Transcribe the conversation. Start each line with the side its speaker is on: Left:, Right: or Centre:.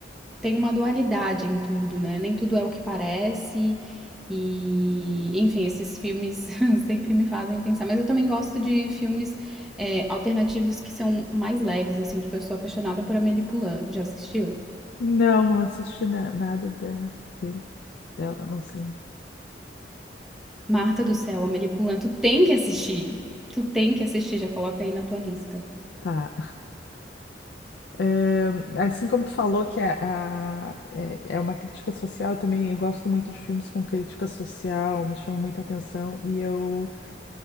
Centre: tem uma dualidade em tudo, né? Nem tudo é o que parece. E, enfim, esses filmes <laughs> sempre me fazem pensar. Mas eu também gosto de filmes é, alternativos que são mais leves, assim. Tipo, eu sou apaixonada por Amélie Poulain. Já assistiu?
Left: Não, não assisti na- nada da- dele, dela, não sei.
Centre: Marta do Céu, Amélie Poulain. Tu tem que assistir. Tu tem que assistir. Já coloca aí na tua lista.
Left: Tá. Eh, assim como tu falou que a, a- é, é uma crítica social, eu também eu gosto muito de filmes com crítica social, me chama muita atenção e eu